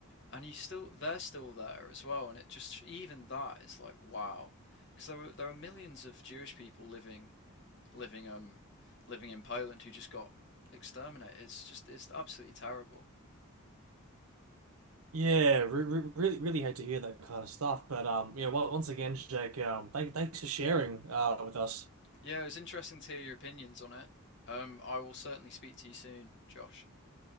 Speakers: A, on the left; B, on the right.
A: and you still they're still there as well and it just even that is like wow because there were there are millions of Jewish people living living um living in Poland who just got exterminated it's just it's absolutely terrible
B: Yeah, re re really, really hate to hear that kind of stuff. But um, yeah, well, once again, Jake, um, thank thanks for sharing uh with us.
A: yeah it was interesting to hear your opinions on it um I will certainly speak to you soon Josh